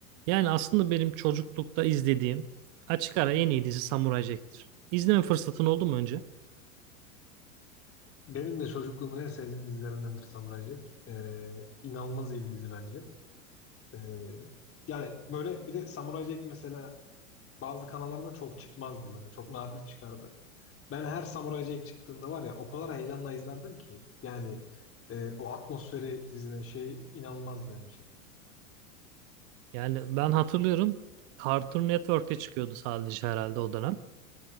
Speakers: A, on the right; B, on the left.
A: Yani aslında benim çocuklukta izlediğim açık ara en iyi dizi Samuray Jack'tir. İzleme fırsatın oldu mu önce?
B: Benim de çocukluğumun en sevdiğim dizilerindendir Samurai Jack. Ee, inanılmaz iyi bir dizi bence. Ee, yani böyle bir de Samurai Jack mesela bazı kanallarda çok çıkmazdı böyle. Çok nadir çıkardı. Ben her Samurai Jack çıktığında var ya o kadar heyecanla izlerdim ki. Yani e, o atmosferi dizine şey inanılmazdı benim için.
A: Yani ben hatırlıyorum Cartoon Network'te çıkıyordu sadece herhalde o dönem.